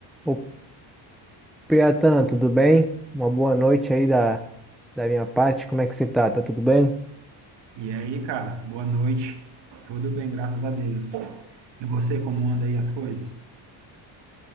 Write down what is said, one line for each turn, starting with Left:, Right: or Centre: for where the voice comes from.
Centre: Ô, Piatan, tudo bem? Uma boa noite aí da, da minha parte. Como é que você tá? Tá tudo bem?
Right: E aí, cara, boa noite. Tudo bem, graças a Deus. E você, como anda aí as coisas?